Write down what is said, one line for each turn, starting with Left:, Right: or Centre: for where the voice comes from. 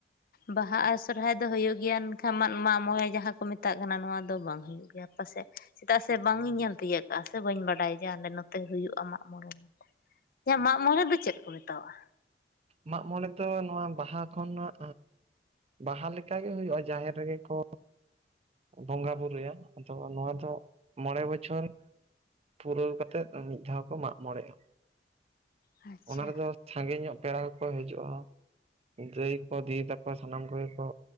Left: ᱵᱟᱦᱟ ᱟᱨ ᱥᱚᱨᱦᱟᱭ ᱫᱚ ᱦᱩᱭᱩᱜ ᱜᱮᱭᱟ ᱢᱮᱱᱠᱷᱟᱱ ᱢᱟᱜ ᱢᱟᱜ ᱢᱚᱬᱮ ᱡᱟᱦᱟᱸ ᱠᱚ ᱢᱮᱛᱟᱜ ᱠᱟᱱᱟ ᱱᱚᱣᱟ ᱫᱚ ᱵᱟᱝ ᱦᱩᱭᱩᱜ ᱠᱟᱱᱟ᱾ ᱦᱩᱭᱩᱜ ᱜᱮᱭᱟᱯᱟᱥᱮᱡ ᱪᱮᱫᱟᱜ ᱥᱮ ᱵᱟᱝ ᱤᱧ ᱧᱮᱞ ᱛᱤᱭᱳᱟᱹᱜ ᱠᱟᱜᱼᱟ ᱥᱮ ᱵᱟᱹᱧ ᱵᱟᱰᱟᱭ ᱡᱟ ᱟᱞᱮ ᱱᱚᱛᱮ ᱦᱩᱭᱩᱜᱼᱟ ᱟᱢᱟᱜ ᱢᱚᱬᱮᱼᱼ
Right: <inaudible>
Left: ᱤᱧᱟᱹᱜ ᱢᱟᱜ ᱢᱚᱬᱮ ᱫᱚ ᱪᱮᱫ ᱠᱚ ᱢᱮᱛᱟᱣᱟᱜᱼᱟ?
Right: ᱢᱟᱜᱢᱚᱲᱮ ᱫᱚ ᱱᱚᱣᱟ ᱵᱟᱦᱟ ᱠᱷᱚᱱᱟᱜᱼᱼ ᱵᱟᱦᱟ ᱞᱮᱠᱟ ᱜᱮ ᱦᱩᱭᱩᱜᱼᱟ ᱡᱟᱦᱮᱨ ᱨᱮᱜᱮ ᱠᱚᱼᱼ ᱵᱚᱸᱜᱟ ᱵᱩᱨᱩᱭᱟ ᱟᱫᱚ ᱱᱚᱣᱟ ᱫᱚ ᱢᱚᱬᱮ ᱵᱚᱪᱷᱚᱨᱼᱼ ᱯᱩᱨᱟᱹᱣ ᱠᱟᱛᱮᱫ ᱢᱤᱫ ᱫᱷᱟᱣ ᱠᱚ ᱢᱟᱜ ᱢᱚᱬᱮᱜᱼᱟ᱾
Left: ᱟᱪᱪᱷᱟ
Right: ᱚᱱᱟ ᱨᱮᱫᱚ ᱥᱟᱜᱮᱧ ᱧᱚᱜ ᱯᱮᱲᱟ ᱠᱚᱠᱚ ᱦᱤᱡᱩᱜᱼᱟ᱾ ᱫᱟᱹᱭ ᱠᱚ ᱫᱤᱫᱤ ᱛᱟᱠᱚ ᱥᱟᱱᱟᱢ ᱠᱚᱜᱮ ᱠᱚ